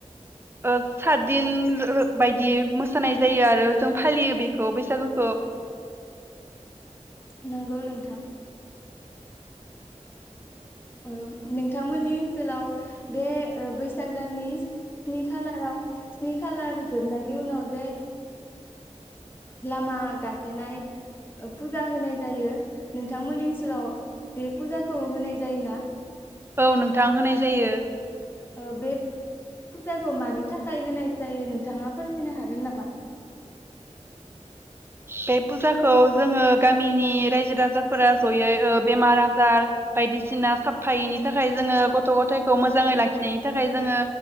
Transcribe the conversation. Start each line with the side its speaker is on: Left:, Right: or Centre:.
Right: ओ सातदिन बायदियै मोसानाय जायो आरो जों फालियो बेखौ बैसागो
Left: नंगौ नों थां नोंथांमोननि ओनसोलाव बे बैसाग दाननि स्नि खालाराव स्नि खालार जोबनायनि उनाव जे लामा गाथेनाय फुजा होनाय जायो नोंथांमोननि ओनसोलाव बे फुजाखौ होनाय जायोना
Right: औ नोंथां होनाय जायो।
Left: ओ बे फुजाखौ मानि थाखाय होनाय जायो नोंथाङा फोरमायनो हागोन नामा
Right: बे फुजाखौ जोङो गामिनि रायजो राजाफोरा जयै बेमार आजार बायदिसिना साबफायैनि थाखाय जोङो गथ' गथायखौ मोजाङै लाखिनाय निथाखाय जोङो